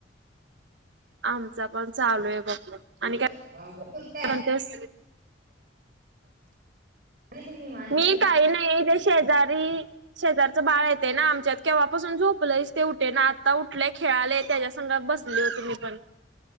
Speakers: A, on the right; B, on the right.
A: आमचा पण चालू आहे बघ आणि काय
B: ह <inaudible>
A: म्हणतेस
B: ते निवांत
A: मी
B: आहे बघ
A: काही नाही ते. शेजारी शेजारचं बाळ येते ना आमच्यात केव्हापासून झोपलंच ते उठे ना. आता उठलेय खेळाले त्याच्या संघा बसले होते मी पण.